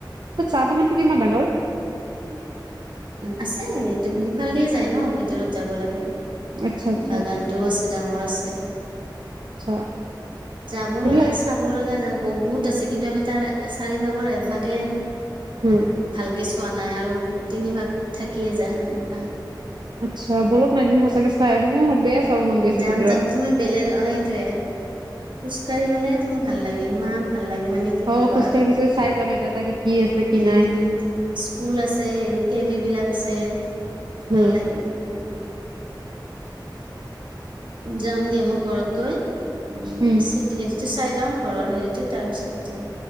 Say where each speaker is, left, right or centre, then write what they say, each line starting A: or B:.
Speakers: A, on the right; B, on the right.
A: তাত চাহ বাগানটো কিমান ডাঙৰ?
B: আছে তুমি সিফাল দিয়ে যায় ন ভিতৰত যাব লাগে
A: আচ্ছা আচ্ছা
B: বাগানটোও আছে ডাঙৰ আছে
A: আচ্ছা
B: যাব
A: সেইবিলাক
B: লগা চাব লগা যাব বহুত আছে কিন্তু আমি তাৰ চাৰিভাগৰ এভাগে
A: উম,
B: উ ভালকে চোৱা নাই আৰু তিনি ভাগ থাকিয়ে যায় এনেকুৱা
A: আচ্ছা বলক এদিন সঁচাকে চাই আহো চাব মন গৈছে
B: যাম
A: ভিতৰত।
B: যাম তুমি বেলেগ এইটোৱেই খোজকাাঢ়ি গলেহে তুমি ভাল লাগে ইমান ভাল লাগে মানে কি
A: অ',
B: কবা
A: খোজকাঢ়ি
B: আৰু
A: খোজকাঢ়ি চাই যাম এটা এটাকে কি আছে কি
B: উম
A: নাই।
B: স্কুল আছে হেৰিতে বিলাক আছে
A: উম,
B: ভাল লাগে আৰু যাম দিয়া মই ঘৰত গৈ উ
A: উম,
B: হেৰিতো চাই লওঁ ঘৰৰ হেৰিতে তাৰপিছত যাম